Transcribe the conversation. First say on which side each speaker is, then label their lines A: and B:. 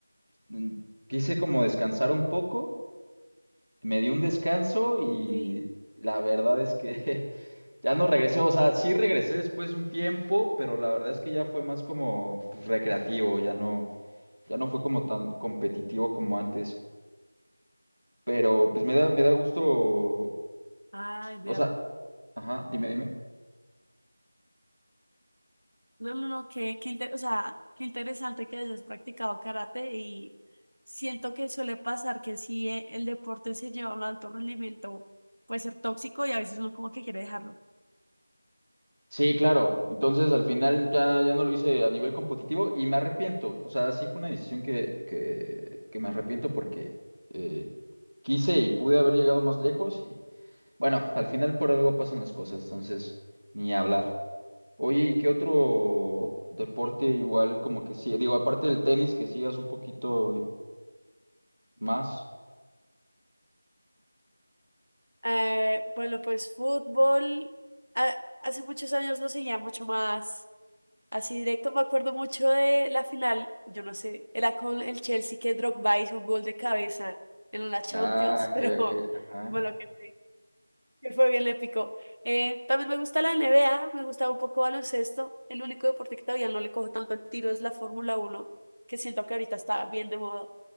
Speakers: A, on the right (about 55°); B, on the right (about 80°).
A: mm, quise como descansar un poco, me di un descanso y
B: Sí.
A: la verdad es que <laughs> ya no regresé, o sea, sí regresé después de un tiempo, pero la verdad es que ya fue más como pues, recreativo, ya no ya no fue como tan competitivo como antes, pero pues me da, me da gusto,
B: Ay, vea
A: o sea, ajá, dime, dime.
B: No, no, no, qué, qué inte- o sea, qué interesante que hayas practicado karate y siento que suele pasar que si eh, el deporte se lleva a un alto rendimiento puede ser tóxico y a veces uno como que quiere dejarlo.
A: Sí, claro, entonces al final ya, ya no lo hice a nivel competitivo y me arrepiento, o sea, sí fue una decisión que, que, que me arrepiento porque eh, quise y pude haber llegado más lejos y bueno, al final por algo pasan las cosas, entonces ni hablar. Oye, ¿y qué otro deporte
B: Sí.
A: igual como que sí? Digo, aparte del tenis, que sigas un poquito más.
B: Eh, bueno, pues fútbol, a- hace muchos años lo seguía mucho más así directo. Me acuerdo mucho de la final, yo no sé, era con el Chelsea que Drogba hizo un gol de cabeza en la Champions,
A: Ah, ok,
B: pero <laughs>
A: ok, ajá.
B: bueno, que Él fue bien le picó. Eh, también me gusta la NBA, me gusta un poco baloncesto. El único deporte que todavía no le cojo tanto el tiro es la Fórmula uno, que siento que ahorita está bien de moda.